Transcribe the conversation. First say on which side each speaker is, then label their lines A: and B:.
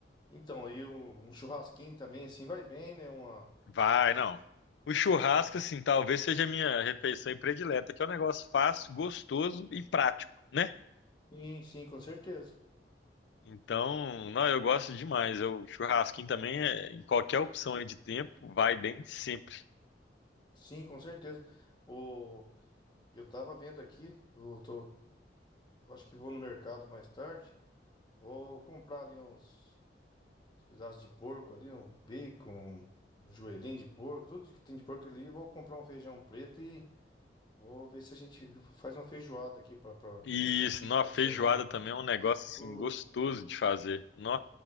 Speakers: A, on the left; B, on the left.
A: Então, aí um churrasquinho também, assim, vai bem, né? Uma...
B: Vai, não. O churrasco,
A: chu- um chu-
B: assim, talvez seja a minha refeição predileta, que é um negócio fácil, gostoso e prático, né?
A: Sim, sim, com certeza.
B: Então, não, eu gosto demais. Eu- O churrasquinho também, é, em qualquer opção aí de tempo, vai bem sempre.
A: Sim, com certeza. O... Eu tava vendo aqui, eu tô... eu acho que vou no mercado mais tarde, vou comprar ali uns, uns pedaços de porco ali, um bacon, um joelhinho de porco, tudo que tem de porco ali, vou comprar um feijão preto e vou ver se a gente faz uma feijoada aqui para
B: E isso, não,
A: final
B: a feijoada
A: de semana.
B: também é um negócio, assim,
A: Ô,
B: gostoso de fazer. Não,